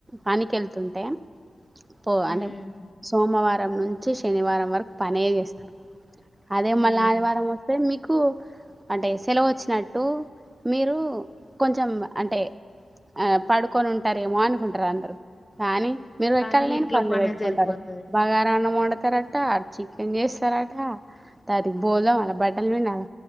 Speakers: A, on the right; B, on the left.
A: పనికేళ్తుంటే పోవనే
B: ఉమ్
A: సోమవారం నుంచి శనివారం వరకు పనే చేస్తారు అదే మళ్ళీ
B: ఉమ్
A: ఆదివారం వస్తే మీకు అంటే సెలవు వచ్చినట్టు మీరు కొంచెం అంటే ఆ పడుకొని ఉంటారేమో అనుకుంటారు అందరు కానీ మీరు ఎక్కళ్ళలేని
B: కానీ ఇంట్లో
A: పనులు
B: పనే
A: పెట్టుకుంటరు
B: సరిపోతది
A: బాగారాన్నం వండతార చికెన్ చేస్తరట తది బోల్ తోమాల బట్టల్ పిండాల